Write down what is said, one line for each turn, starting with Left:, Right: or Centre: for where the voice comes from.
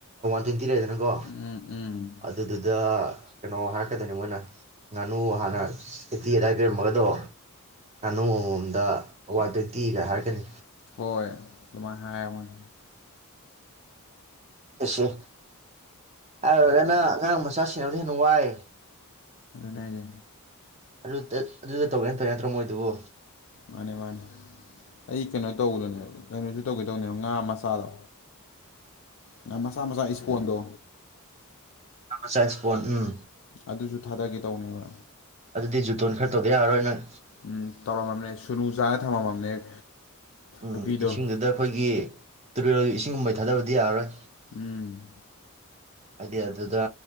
Right: ꯑꯅꯤ ꯄꯤꯔꯦꯗꯅꯀꯣ
Left: ꯎꯝ ꯎꯝ
Right: ꯑꯗꯨꯗꯨꯗ ꯀꯩꯅꯣ ꯍꯥꯏꯔꯛꯀꯗꯣꯏꯅꯤ ꯃꯣꯏꯅ ꯉꯥꯅꯨ ꯍꯥꯟꯅ ꯑꯦꯇꯤ ꯑꯗꯨꯗꯥꯏ ꯄꯤꯔꯝꯃꯒꯗꯣ ꯉꯥꯅꯨ ꯑꯃꯃꯣꯝꯗ ꯋꯥꯟ ꯇ꯭ꯋꯦꯟꯇꯤꯒ ꯍꯥꯏꯔꯒꯅꯤ
Left: ꯍꯣꯏ ꯑꯗꯨꯃꯥꯏꯅ ꯍꯥꯏꯃꯅꯤ
Right: ꯑꯦꯁꯦ ꯍꯥꯏꯔꯒꯅ ꯑꯉꯥꯡ ꯃꯆꯥꯁꯤꯡ ꯦꯟꯅꯨꯡ ꯋꯥꯏ
Left: ꯑꯗꯨꯅꯗꯤ
Right: ꯑꯗꯨ ꯑꯗꯨꯗ ꯇꯧꯒꯦꯅ ꯇꯧꯦ ꯅꯠꯇ꯭ꯔꯣ ꯃꯣꯏꯗꯨꯕꯨ
Left: ꯃꯥꯅꯦ ꯃꯥꯅꯦ ꯑꯩ ꯀꯩꯅꯣ ꯇꯧꯕꯗꯨꯅꯦꯕ ꯀꯩꯅꯣꯁꯨ ꯇꯧꯒꯦ ꯇꯧꯕꯅꯦꯕ ꯉꯥ ꯃꯆꯥꯗꯣ ꯉꯥ ꯃꯆꯥ ꯃꯆꯥ ꯏꯁꯄꯣꯟꯗꯣ
Right: ꯃꯆꯥ ꯏꯁꯄꯣꯟ ꯎꯝ
Left: ꯑꯗꯨꯁꯨ ꯊꯥꯗꯒꯦ ꯇꯧꯅꯦꯕ
Right: ꯑꯗꯨꯗꯤ ꯖꯨꯇꯣꯟ ꯈꯔ ꯇꯧꯗ ꯌꯥꯔꯣꯏ ꯅꯪ
Left: ꯎꯝ ꯇꯧꯔꯝꯃꯕꯅꯦ ꯁꯨꯅꯨ ꯆꯥꯔ ꯊꯝꯃꯝꯃꯕꯅꯦ
Right: ꯎꯝ
Left: ꯄꯨꯈ꯭ꯔꯤꯗꯣ
Right: ꯏꯁꯤꯡꯗꯨꯗ ꯑꯩꯈꯣꯏꯒꯤ ꯇꯨꯔꯦꯜ ꯏꯁꯤꯡꯒꯨꯝꯕꯩ ꯊꯥꯗꯕꯗꯤ ꯌꯥꯔꯣꯏ
Left: ꯎꯝ
Right: ꯍꯥꯏꯗꯤ ꯑꯗꯨꯗ